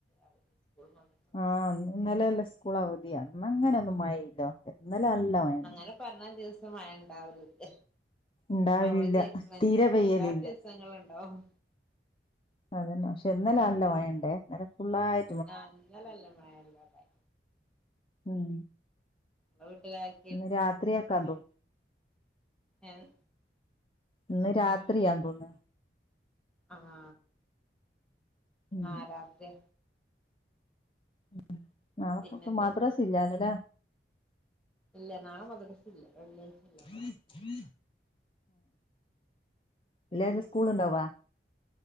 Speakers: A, in the centre; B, on the left.
A: അവധി സ്കൂളും മദ്രസും
B: ആഹ് ഇന്നലെല്ല സ്കൂളാ അവതി ഇന്ന് അങ്ങനെ ഒന്നും മഴ ഇല്ലട്ടെ ഇന്നലെ നല്ല മഴ
A: അങ്ങനെ പറഞ്ഞ ദിവസം മഴ ഉണ്ടാവലുല്ല.
B: ഇണ്ടാവലില്ല
A: അവധി <unintelligible>
B: തീരെ പെയ്യലില്ല
A: അല്ലാത്ത ദിവസങ്ങളുണ്ടാവും
B: അതന്നെ പക്ഷെ ഇന്നലെ നല്ല മയണ്ടേ ഇന്നലെ ഫുള്ളയി
A: ആഹ് ഇന്നലെ നല്ല മഴ ഇല്ല ഇവിടെ
B: ഉം
A: ഇങ്ങളെ വീട്ടില
B: ഇന്ന് രാത്രിയക്കെതോ
A: ഏഹ്
B: ഇന്ന് രാത്രിയാ തോന്നു
A: ആഹ്
B: ഉം
A: ആഹ് രാത്രി
B: ഉം നാളെപ്പം
A: പിന്നെ
B: ഇപ്പം
A: എന്തൊക്കെ
B: മാദ്രസ് ഇല്ലല്ലേലെ
A: ഇല്ല നാളമാദ്റസ് ഇല്ല വെള്ളിയാഴ് അല്ലേ
B: ആഹ് വെള്ളിയാഴ്ച സ്കൂള് ഇണ്ടാവേ?